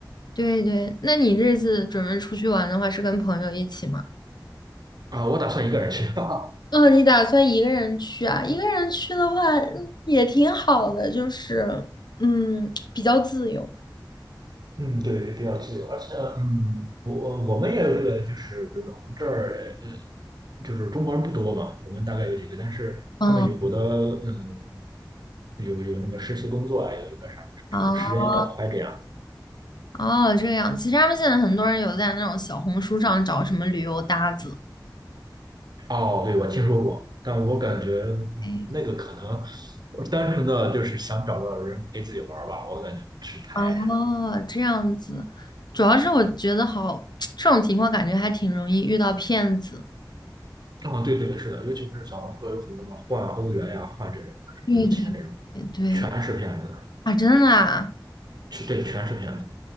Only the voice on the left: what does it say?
对对，那你这次准备出去玩的话，是跟朋友一起吗？
嗯，你打算一个人去啊？一个人去的话，嗯也挺好的，就是，嗯，比较自由。
嗯，
哦哦，这样。其实他们现在很多人有在那种小红书上找什么旅游搭子。
哎，
哦，这样子。主要是我觉得好，<tsk> 这种情况感觉还挺容易遇到骗子。
对对对对
啊，真的啊。